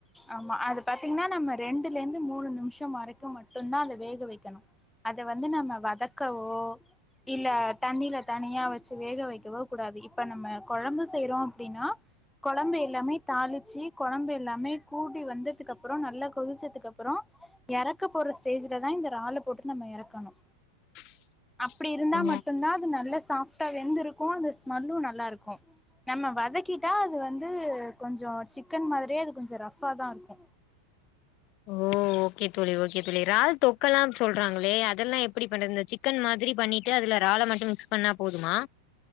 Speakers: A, in the centre; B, on the left (about 40°).
A: ஆமா அது பாத்தீங்கன்னா நம்ம ரெண்டுல இருந்து மூணு நிமிஷோ வரைக்கு மட்டுதா அத வேக வைக்குணு அத வந்து நம்ம வதக்கவோ இல்ல தண்ணில தனியா வச்சு வேக வைக்கவோ கூடாது இப்ப நம்ம கொழம்பு செய்றோ அப்டின்னா கொழம்பு எல்லாமே தாளிச்சு கொழம்பு எல்லாமே கூடி வந்ததுக்கு அப்றோ நல்லா கொதிச்சதுக்கு அப்றோ எறக்க போற ஸ்டேஜ்லதா இந்த றால்ல போட்டு நம்ம எறங்குனு
B: <unintelligible>
A: அப்டி இருந்தா
B: ஓ
A: மட்டும்தா அது நல்ல சாப்ட்டா வெந்திருக்கு அந்த ஸ்மெல்லு நல்லா இருக்கு நம்ம வதக்கிட்டா அது வந்து கொஞ்சோ சிக்கன் மாதிரியே அது கொஞ்சோ ரஃப்பா தா இருக்கு
B: ஓ.... ஓகே தோழி ஓகே தோழி றால் தொக்கெல்லா சொல்றாங்களே அதெல்லா எப்டி பண்றது இந்த சிக்கன் மாதிரி பண்ணிட் ட்டு அதுல றால மட்டு மிக்ஸ் பண்ணா போதுமா